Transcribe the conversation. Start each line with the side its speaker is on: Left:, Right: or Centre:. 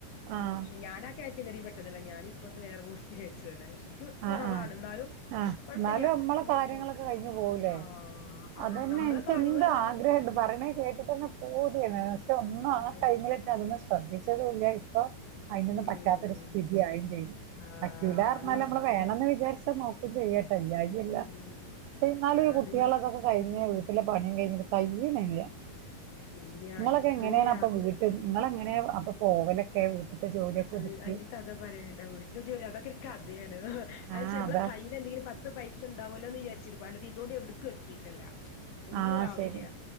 Right: ആഹ്
Left: ഇപ്പ ഞാനാ കാറ്റഗറി പെട്ടതല്ല ഞാന് ഇപ്പുറത്തെ വേറെ പോസ്റ്റ് വെച്ചതാണ്. ഇക്ക് കുറവാണ്
Right: ആഹ് ആഹ്
Left: എന്നാലും
Right: ആഹ്
Left: കുഴപ്പല്ല
Right: എന്നാലും നമ്മളെ
Left: അങ്ങനെ
Right: കാര്യങ്ങളൊക്കെ
Left: പോവാ
Right: കഴിഞ്ഞു പോവൂലേ
Left: ആഹ്
Right: അതന്നെ
Left: നമ്മളെ
Right: എനിക്ക്
Left: കാര്യങ്ങള്
Right: എന്ത്
Left: പറഞ്ഞാ
Right: ആഗ്രഹണ്ട് പറിണേ കേട്ടിട്ടന്നെ പൂതിയാന്ന് പക്ഷെ ഒന്നും
Left: അതെയോ
Right: ആഹ് ടൈമില് അതൊന്നും ശ്രദ്ധിച്ചതുല്ല ഇപ്പൊ അയിനൊന്നും
Left: ഉം
Right: പറ്റാത്തൊരു സ്ഥിതി ആയും ചെയ്യ്ത്
Left: ആഹ്
Right: പറ്റൂല പറഞ്ഞാല്
Left: നിങ്ങ
Right: വേണന്ന് വിചാരിച്ചാ നോക്കും ചെയ്യാട്ടോ ഇയ്യായില്ല
Left: ഉം
Right: പക്ഷേ എന്നാലും
Left: ഞാന്
Right: ഈ കുട്ടികൾ അതൊക്കെ കഴിഞ്ഞ് വീട്ടിലെ പണിയും കഴിഞ്ഞിട്ട് കയ്യിണില്ല
Left: ഇല്ല
Right: നിങ്ങളൊക്കെ
Left: എത്തൂല
Right: എങ്ങനെയാണ് അപ്പൊ വീ ട്ട് നിങ്ങള് എങ്ങനെ അപ്പോ പോവലൊക്കെ വീട്ട്ത്തെ ജോലിയൊക്കെ
Left: അത്
Right: ഒതുക്കി
Left: അതിന്റെ കഥ പറയേണ്ട വീട്ടിൽ അതൊക്കെ ഒരു കഥയാണ് വെ
Right: ആഹ്
Left: നമ്മെ
Right: അതാ
Left: ക യ്യില് എന്തെങ്കിലും പത്ത് പൈസണ്ടാവല്ലോ വിചാരിച്ചിട്ട് അല്ലാതെ ഇത് കൊണ്ട് എവിടുക്കും എത്തിയിട്ടല്ല. ഒന്നും
Right: ആഹ്
Left: ആവില്ല
Right: ശരി